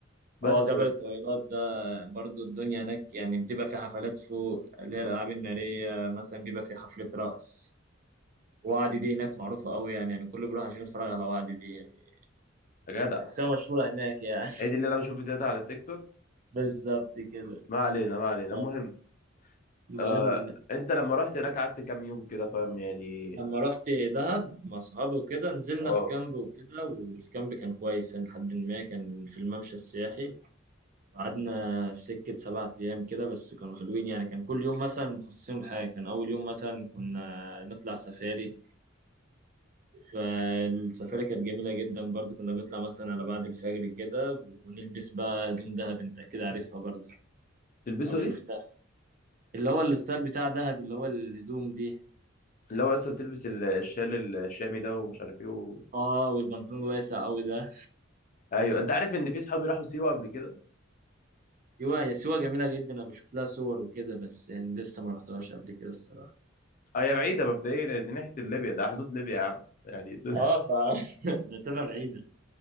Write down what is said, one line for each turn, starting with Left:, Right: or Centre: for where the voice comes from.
Left: بس
Right: اه جبل
Left: و...
Right: الطويلات ده برضو الدنيا هناك يعني بتبقى في حفلات فوق اللي
Left: مم.
Right: هي الالعاب الناريه مثلا بيبقى في حفله رقص وعدي دي هناك معروفه قوي يعني يعني كله بيروح عشان يتفرج على وعدي دي يعني
Left: يا جدع
Right: شخصيه مشهوره هناك يعني
Left: هي دي اللي انا بشوف فيديوهات على التيك توك
Right: <laughs> بالظبط كده
Left: ما علينا ما علينا
Right: آه،
Left: المهم
Right: المهم
Left: آه انت لما رحت هناك قعدت كام يوم كده فاهم يعني
Right: لما رحت دهب مع صحابي وكده نزلنا
Left: اه
Right: في كامب وكده والكامب كان كويس يعني لحد ما كان في الممشى السياحي وقعدنا في سكة سبعة أيام كده بس كانوا حلوين يعني كان كل يوم مثلا مخصصين لحاجة كان أول يوم مثلا كنا نطلع سفاري فالسفاري كانت جميلة جدا برضو كنا بنطلع مثلا على بعد الفجر كده ونلبس بقى هدوم دهب أنت أكيد عارفها برضو
Left: تلبسوا
Right: أو شفتها
Left: ايه
Right: اللي هو الستايل بتاع دهب اللي هو الهدوم دي
Left: اللي هو اصلا بتلبس ال- الشال الشامي ده ومش عارف ايه و...
Right: اه والبنطلون الواسع أوي ده
Left: ايوه انت عارف ان في صحابي راحوا سيوه قبل كده
Right: سيوة هي سيوة جميلة جدا أنا بشوف لها صور وكده بس يعني لسه ما رحتهاش قبل كده الصراحة
Left: هي بعيدة مبدئيا دي ناحية ليبيا ده حدود ليبيا يا عم يعني الدنيا
Right: اه ف <laughs> مسافة بعيدة